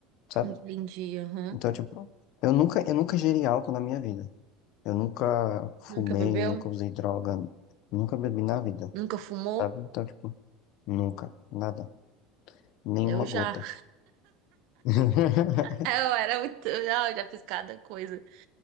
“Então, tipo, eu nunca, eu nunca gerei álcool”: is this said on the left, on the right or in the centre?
Left